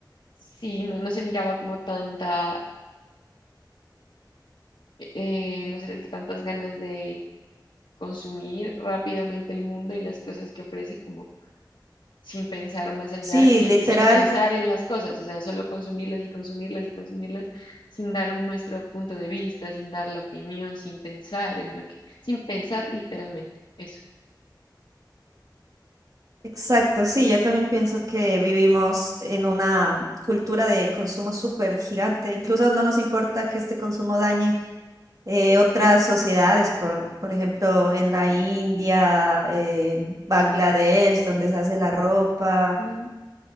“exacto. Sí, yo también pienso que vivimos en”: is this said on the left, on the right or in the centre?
Right